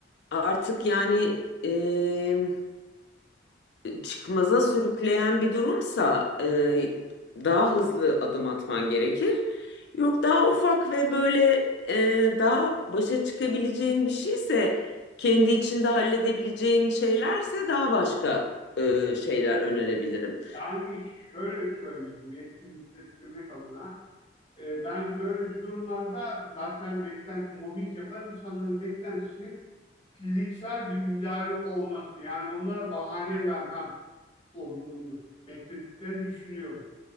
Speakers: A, on the left; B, on the left.
A: artık yani e, çıkmaza sürükleyen bir durumsa e, daha hızlı adım atman gerekir. Yok daha ufak ve böyle e, daha başa çıkabileceğin bir şeyse kendi içinde halledebileceğin şeylerse daha başka e, şeyler önerebilirim.
B: Yani şöyle söyleyeyim, iletişim hissettirmek adına. e, ben böyle bir durumlarda zaten beklent, mobbing yapan insanların beklentisi fiziksel bir müdahale olması. Yani onlara bahane vermem olduğunu beklediklerini düşünüyorum.